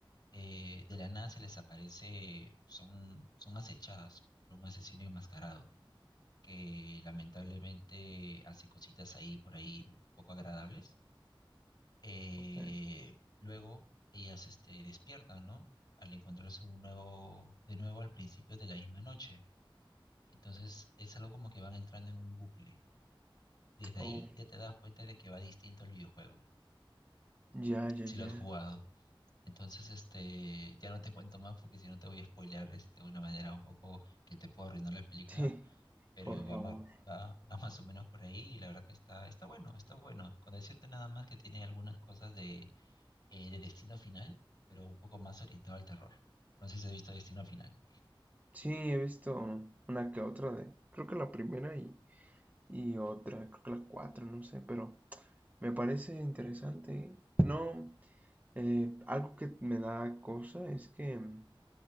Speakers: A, on the left; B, on the right.
A: eh, de la nada se les aparece, son, son acechadas por un asesino enmascarado que lamentablemente hace cositas ahí por ahí poco agradables. Eh,
B: Ok.
A: luego ellas este, despiertan, ¿no? Al encontrarse un nuevo, de nuevo al principio de la misma noche. Entonces es algo como que van entrando en un bucle. Desde
B: Oh,
A: ahí ya te das cuenta de que va distinto el videojuego,
B: ya, ya,
A: si lo
B: ya.
A: has jugado. Entonces, este, ya no te cuento más porque si no te voy a spoilear este, de una manera un poco que te puedo arruinar la película,
B: Sí,
A: pero
B: por
A: va,
B: favor.
A: ma- va, va más o menos por ahí y la verdad que está, está bueno, está bueno. Con decirte nada más que tiene algunas cosas de, eh, de Destino Final, pero un poco más orientado al terror. No sé si has visto Destino Final.
B: Sí, he visto una que otra de, creo que la primera y, y otra, creo que la cuatro, no sé, pero me parece interesante. ¿eh? No, eh, algo que me da cosa es que mm,